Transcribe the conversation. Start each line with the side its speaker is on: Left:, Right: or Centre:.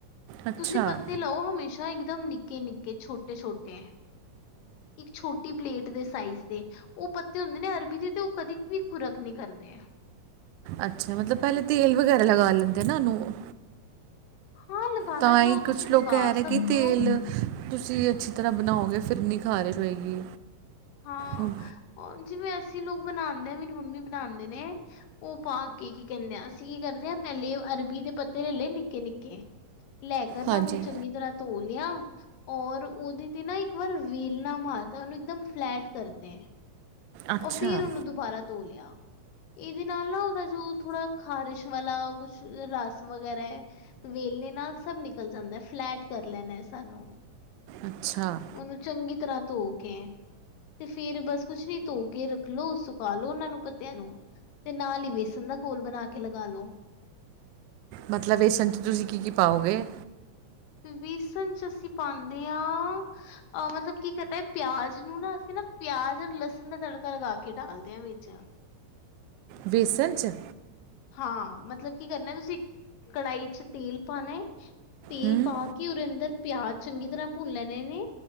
Right: ਅੱਛਾ
Left: ਤੁਸੀਂ ਪੱਤੇ ਲਓ ਹਮੇਸ਼ਾ ਇੱਕ ਦਮ ਨਿੱਕੇ ਨਿੱਕੇ ਛੋਟੇ ਛੋਟੇ। ਇੱਕ ਛੋਟੀ ਪਲੇਟ ਦੇ ਸਾਈਜ਼ ਦੇ ਉਹ ਪੱਤੇ ਹੁੰਦੇ ਨੇ ਅਰਬੀ ਦੇ ਤੇ ਕਦੇ ਵੀ ਖੁਰਕ ਨੀ ਕਰਦੇ।
Right: ਅੱਛਾ ਮਤਲਬ ਪਹਿਲੇ ਤੇਲ ਵਗੈਰਾ ਲੱਗਾ ਲੈਂਦੇ ਨਾ ਉਹਨੂੰ
Left: ਹਾਂ ਲਗਾਣਾ
Right: ਤਾਂ
Left: ਚਾਹੋ
Right: ਹੀ ਕੁਝ
Left: ਤੁਸੀਂ ਲਗਾ
Right: ਲੋਕ ਕਹਿ ਰਹੇ
Left: ਸਕਦੇ
Right: ਕਿ ਤੇਲ
Left: ਹੋ
Right: ਤੁਸੀਂ ਅੱਛੀ ਤਰ੍ਹਾਂ ਬਣਾਓਗੇ ਫਿਰ ਨੀ ਖਾਰਿਸ਼ ਹੋਏਗੀ।
Left: ਹਾਂ
Right: ਹੁਣ
Left: ਉਹ ਜਿਵੇਂ ਅਸੀਂ ਲੋਕ ਬਣਾਉਂਦੇ ਹਾਂ ਮੇਰੀ ਮੰਮੀ ਬਣਾਉਂਦੇ ਨੇ। ਉਹ ਪਾ ਕੇ ਕੀ ਕਹਿੰਦੇ ਆ ਅਸੀਂ ਕੀ ਕਰਦੇ ਹਾਂ ਪਹਿਲੇ ਅਰਬੀ ਦੇ ਪੱਤੇ ਲੈ ਲਏ ਨਿੱਕੇ ਨਿੱਕੇ ਲੈ ਕੇ ਨਾ
Right: ਹਾਂਜੀ
Left: ਉਹਨੂੰ ਚੰਗੀ ਤਰ੍ਹਾਂ ਧੋ ਲਿਆ ਔਰ ਉਹਦੇ ਤੇ ਨਾ ਇੱਕ ਵਾਰ ਵੇਲਣਾ ਮਾਰਤਾ ਉਹਨੂੰ ਇੱਕਦਮ, ਫਲੈਟ ਕਰਤੇ,
Right: ਅੱਛਾ
Left: ਉਹ ਫੇਰ ਉਹਨੂੰ ਦੁਬਾਰਾ ਧੋ ਲਿਆ ਇਹਦੇ ਨਾਲ ਨਾ ਉਹਦਾ ਜੋ ਥੋੜਾ ਖ਼ਾਰਿਸ਼, ਵਾਲਾ ਕੁਛ ਰਸ ਵਗੈਰਾ ਵੇਲਨੇ, ਨਾਲ ਸਭ ਨਿਕਲ ਜਾਂਦਾ, ਫਲੈਟ ਕਰ ਲੈਨਾ ਸਾਨੂੰ
Right: ਅੱਛਾ
Left: ਉਹਨੂੰ ਚੰਗੀ ਤਰ੍ਹਾਂ ਧੋ ਕੇ ਤੇ ਫੇਰ ਬਸ ਕੁਛ ਨੀ ਧੋ ਕੇ ਰੱਖ ਲੋ ਸੁਕਾ ਲ ਲੋ ਉਹਨਾਂ ਨੂੰ ਪੱਤਿਆਂ ਨੂੰ, ਤੇ ਨਾਲ ਹੀ ਬੇਸਣ ਦਾ ਘੋਲ ਬਣਾ ਕੇ ਲਗਾ ਲੋ-
Right: ਮਤਲਬ ਵੇਸਨ 'ਚ ਤੁਸੀਂ ਕੀ ਕੀ ਪਾਓਗੇ?
Left: ਬੇਸਨ ਚ ਅਸੀਂ ਪਾਉਂਦੇ ਹਾਂ ਮਤਲਬ ਕੀ ਕਰਨਾ ਪਿਆਜ ਨੂੰ ਨਾ ਅਸੀਂ ਨਾ ਪਿਆਜ ਤੇ ਲਸਣ ਦਾ ਤੜਕਾ ਲਗਾ ਕੇ ਡਾਲਦੇ ਹਾਂ ਵਿੱਚ
Right: ਵੇਸਨ 'ਚ-
Left: ਹਾਂ ਮਤਲਬ ਕੀ ਕਰਨਾ ਤੁਸੀਂ, ਕੜਾਹੀ ਚ ਤੇਲ ਪਾਣਾ ਹੈਏ ਤੇਲ
Right: ਹੂੰ
Left: ਪਾ ਕੇ ਕਿ ਉਹਦੇ ਅੰਦਰ ਪਿਆਜ ਚੰਗੀ ਤਰ੍ਹਾਂ ਭੁੰਨ ਲੈਣੇ ਨੇ